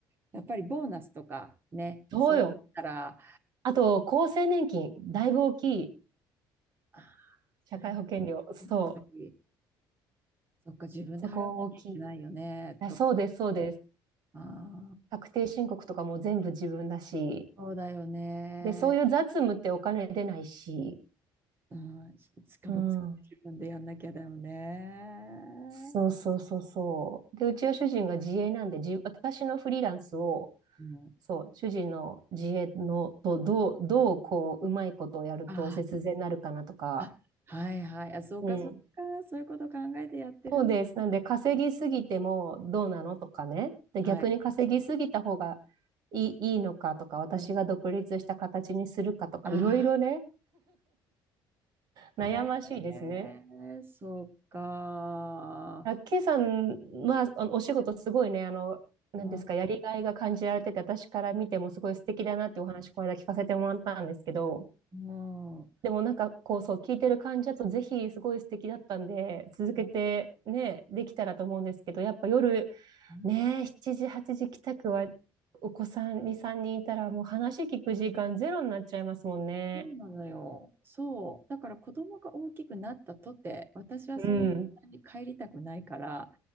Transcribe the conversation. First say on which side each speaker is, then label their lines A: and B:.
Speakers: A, on the right (about 25°); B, on the right (about 50°).
A: やっぱりボーナスとかね、
B: そうよ。
A: そうなったら、
B: あと、厚生年金、だいぶ大きい。
A: あ、
B: 社会保険料、
A: それを、
B: そ
A: やっぱり、そっか、自分で払わなきゃいけないよね、
B: う、そこ大きい。あそうです、
A: とか、
B: そうです。
A: あー
B: 確定申告とかも全部自分だし、
A: そうだよね。
B: で、そういう雑務ってお金出ないし、
A: うん、ししかも自分でやんなきゃだよね。
B: うん。そうそうそうそう。で、うちは主人が自営なんで、じ、私のフリーランスを、
A: うん、
B: そう、主人の自営のとどう、どうこう、うまいことをやると節税になるかなとか、
A: ああ、あ、はいはい。あ、そうかそうか。
B: うん。
A: そういうこと考えてやってるんだ。
B: そうです。なんで、稼ぎすぎてもどうなのとかね。で、
A: はい。
B: 逆に稼ぎすぎた方がいい、いいのかとか、私が独立した形にするかとか、
A: うん、ああ、
B: いろいろね、悩ましいですね。
A: へえ、そうか。
B: あ、K さんは、あの、お仕事すごいね、あの、なんですか、
A: うん、
B: やりがいが感じられてて、私から見てもすごい素敵だなっていうお話、この間聞かせてもらったんですけど、
A: も
B: でもなんか、こう、そう、聞いてる感じだと、ぜひ、すごい素敵だったんで、続けてね、
A: うん。うん
B: できたらと思うんですけど、やっぱ夜、
A: うん、
B: ね、7時、8時帰宅は、お子さん2、3人いたら、もう話聞く時間ゼロになっちゃいますもんね。
A: そうなのよ。そう。だから子供が大きくなったとて、私はそんなに帰りたくないから、
B: うん。